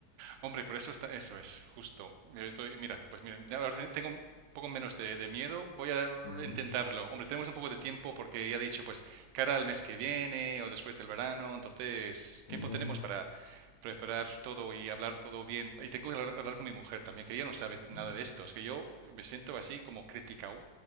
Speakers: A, on the right; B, on the left.
A: Hombre, por eso está, eso es, justo. Yo estoy- mira, pues mira, ahora te- tengo un poco menos de, de miedo, voy a
B: Ujú,
A: intentarlo. Hombre, tenemos un poco de tiempo porque ya he dicho, pues, cara al mes que viene o después del verano, entonces
B: ujú,
A: tiempo tenemos para preparar todo y hablar todo bien. Y tengo que hablar hablar con mi mujer también, que ella no sabe
B: ujú.
A: nada de esto. Es que yo me siento así como criticado